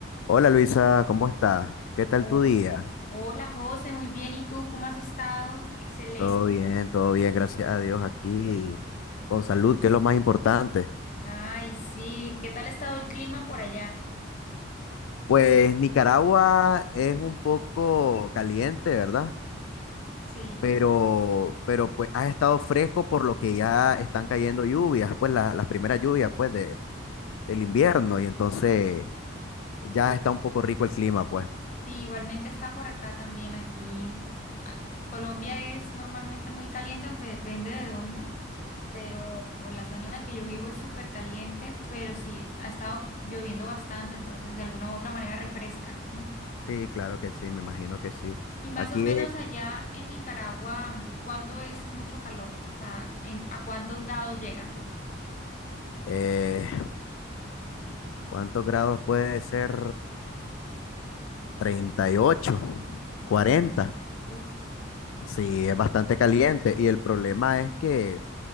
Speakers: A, on the left (about 80°); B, on the left (about 40°).
A: Hola Luisa, ¿cómo estás? ¿Qué tal
B: Oh,
A: tu día?
B: hola José, muy bien. ¿Y tú cómo has estado? Excelente.
A: Todo bien, todo bien, gracias a Dios aquí, con salud, que es lo más importante.
B: Ay, sí. ¿Qué tal ha estado el clima por allá?
A: Pues Nicaragua es un poco caliente, ¿verdad?
B: Sí.
A: Pero, pero pues ha estado fresco por lo que ya están cayendo lluvias, pues la- las primeras lluvias pues de, del invierno y entonces ya está un poco rico el clima, pues.
B: Sí, igualmente está por acá también aquí. Ah, Colombia es normalmente muy caliente, aunque depende de dónde, pero por la zona en la que yo vivo es súper caliente, pero sí, ha estado lloviendo bastante, entonces de alguna u otra manera refresca. <laughs>
A: Sí, claro que sí, me imagino que sí.
B: Y más
A: Aquí,
B: o menos allá en Nicaragua, mm, ¿cuánto es mucho calor? O sea, ¿en- ¿a cuántos grados llegan?
A: eh, ¿cuántos grados puede ser? treinta y ocho,
B: Ok,
A: cuarenta,
B: Uf,
A: Sí, es bastante caliente. Y el problema es que,